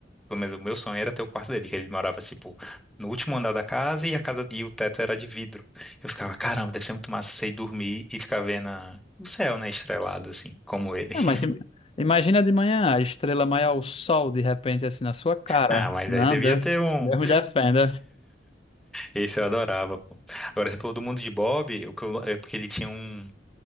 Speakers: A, in the centre; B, on the left.
A: Mas o meu sonho era ter o quarto dele, que ele morava, tipo, no último andar da casa e a casa e o teto era de vidro. Eu ficava, caramba, deve ser muito massa você ir dormir e ficar vendo a- o céu, né, estrelado, assim, como ele.
B: Ah,
A: <laughs>
B: mas im- imagina de manhã a estrela maior, o sol, de repente, assim, na sua cara.
A: Ah, mas
B: Não,
A: aí devia
B: Deus,
A: ter um.
B: Deus me defenda.
A: Esse eu adorava, pô. Agora, você falou do mundo de Bob, o que eu- é porque ele tinha um,